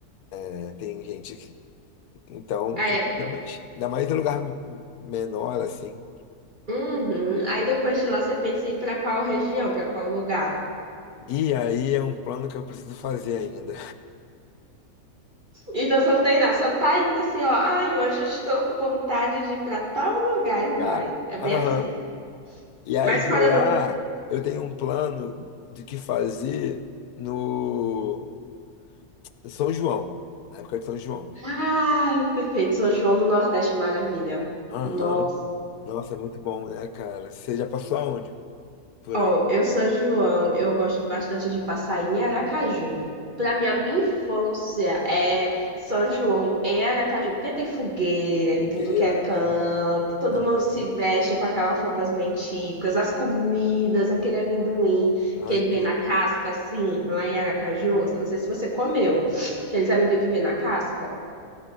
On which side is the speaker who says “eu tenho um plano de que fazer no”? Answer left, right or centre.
Left